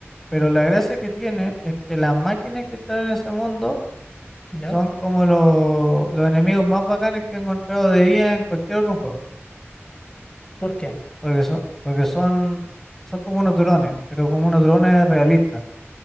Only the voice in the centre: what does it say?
pero la gracia que tiene es que las máquinas que están en ese mundo
son como lo- los enemigos más bacanes que he encontrado de IA en cualquier otro juego,
porque son, porque son, son como unos drones, pero como unos drones realistas,